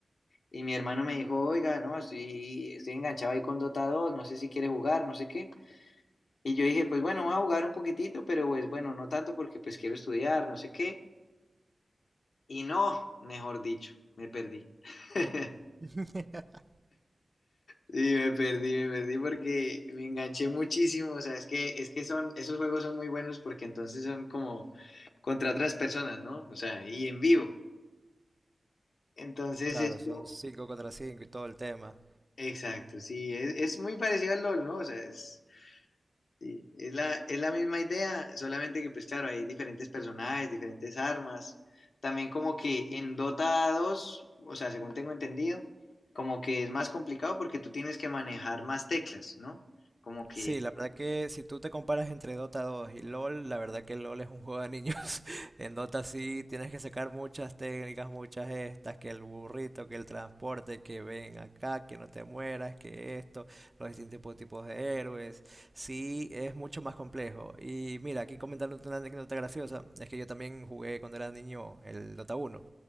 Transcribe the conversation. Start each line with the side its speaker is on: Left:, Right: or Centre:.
Left: y mi hermano me dijo, oiga, no, estoy, estoy enganchado ahí con Dota 2, no sé si quiere jugar, no sé qué. Y yo dije, pues bueno, voy a jugar un poquitito, pero pues bueno, no tanto porque pues quiero estudiar, no sé qué. Y no, mejor dicho, me perdí. <laughs>
Right: <laughs>
Left: Sí, me perdí, me perdí porque me enganché muchísimo. O sea, es que, es que son, esos juegos son muy buenos porque entonces son como contra otras personas, ¿no? O sea, y en vivo. Entonces,
Right: Claro,
Left: esto,
Right: son 5 contra 5 y todo el tema.
Left: exacto, sí, es, es muy parecido al LOL, ¿no? O sea, es, Sí, es la, es la misma idea, solamente que pues claro, hay diferentes personajes, diferentes armas. También como que en Dota dos o sea, según tengo entendido, como que es más complicado porque tú tienes que manejar más teclas, ¿no? Como que,
Right: Sí, la verdad que si tú te comparas entre Dota 2 y LoL, la verdad que LoL es un juego de niños. <laughs> En Dota sí tienes que sacar muchas técnicas, muchas estas, que el burrito, que el transporte, que ven acá, que no te mueras, que esto, los distintos tipo- tipos de héroes. Sí, es mucho más complejo. Y mira, aquí comentándote una anécdota graciosa, es que yo también jugué cuando era niño el Dota 1,